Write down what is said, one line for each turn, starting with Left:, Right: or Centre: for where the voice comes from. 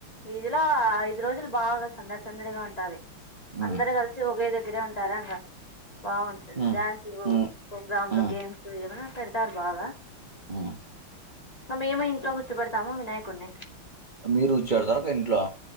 Left: వీధిలో ఐదు రోజులు బాగా సందడి సందడిగా ఉంటాది
Right: ఉమ్
Left: అందరు కలిసి ఒకే దగ్గరే ఉంటారా ఇంగ బాగుంటుంది
Right: ఉమ్
Left: డ్యాన్సులు
Right: ఉమ్
Left: గ్రాంలో
Right: ఉమ్
Left: గేమ్స్ ఏమైనా పెడతారు బాగా
Right: ఆ
Left: మేము ఇంట్లో కూర్చపెడతాము వినాయకుడిని
Right: మీరు వచ్చేరు తరకా ఇంట్లో